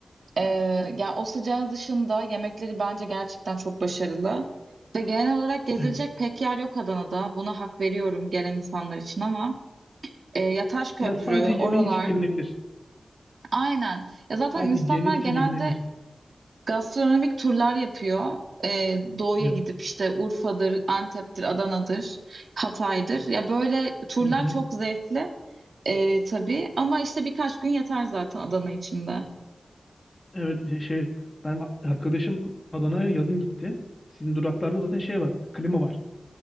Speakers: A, on the right; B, on the left.
A: e, yani o sıcağı dışında yemekleri bence gerçekten çok başarılı. Ve genel olarak gezilecek
B: Evet.
A: pek yer yok Adana'da. Buna hak veriyorum gelen insanlar için ama e, Yataş Köprü,
B: Yani sadece
A: oralar
B: yemeği için gelinebilir.
A: Aynen. Ya zaten
B: Sadece
A: insanlar
B: yemek
A: genelde
B: için gelinebilir.
A: gastronomik turlar yapıyor. Ee, doğuya
B: Evet.
A: gidip işte Urfa'dır, Antep'tir, Adana'dır, Hatay'dır. Ya böyle turlar
B: Hı hı.
A: çok zevkli ee, tabii ama işte birkaç gün yeter zaten Adana içinde.
B: Evet şey şey, benim arkadaşım Adana'ya yazın gitti. Sizin duraklarda zaten şey var. Klima var.